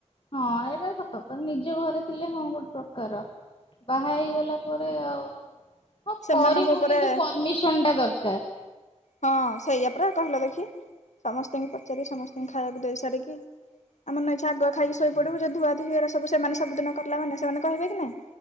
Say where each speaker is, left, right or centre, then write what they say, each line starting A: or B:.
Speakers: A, on the left (about 45°); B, on the left (about 75°).
A: ହଁ ଏଇଟା ସତ କଥା ନିଜ ଘରେ ଥିଲେ ହଁ ଗୋଟେ ପ୍ରକାର। ବାହା ହେଇଗଲା ପରେ ଆଉ ହଁ
B: ସେମାନଙ୍କ
A: କରିବୁ
B: ଉପରେ
A: କିନ୍ତୁ ପରମିସନ ଟା ଦରକାର।
B: ହଁ ସେଇଆ ପରା କହିଲ ଦେଖି। ସମସ୍ତଙ୍କୁ ପଚାରିକି ସମସ୍ତଙ୍କୁ ଖାଇବାକୁ ଦେଇ ସାରିକି ଆଉ ମନ ଇଚ୍ଛା ଆଗୁଆ ଖାଇକି ଶୋଇପଡିବୁ ଯୋଉ ଧୁଆ ଧୁଇଆରା ସବୁ ସେମାନେ ସବୁଦିନ କଲା ମାନେ ସେମାନେ କହିବେ କି ନାଁଇ।